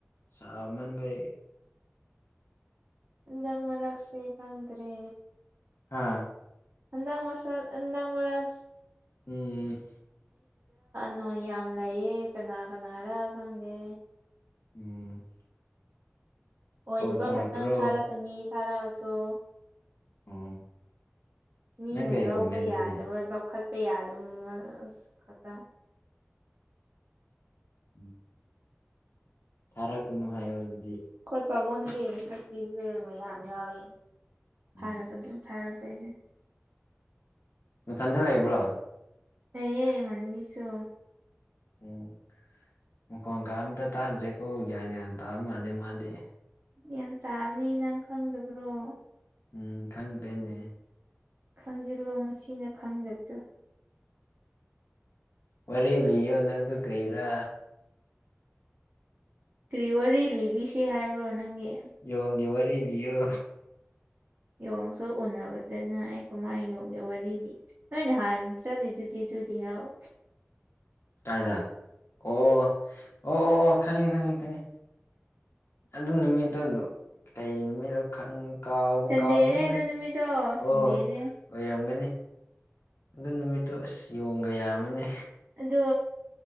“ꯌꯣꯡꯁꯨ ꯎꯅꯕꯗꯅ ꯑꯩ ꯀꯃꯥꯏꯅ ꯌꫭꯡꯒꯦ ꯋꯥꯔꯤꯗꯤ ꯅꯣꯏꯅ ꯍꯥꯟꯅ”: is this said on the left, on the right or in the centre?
Right